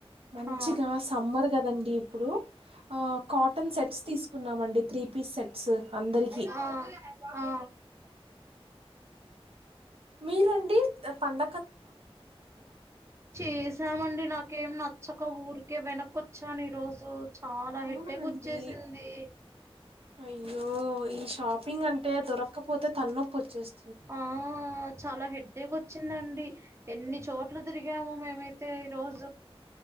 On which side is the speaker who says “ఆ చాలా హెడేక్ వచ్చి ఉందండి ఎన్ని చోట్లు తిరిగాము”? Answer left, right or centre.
Right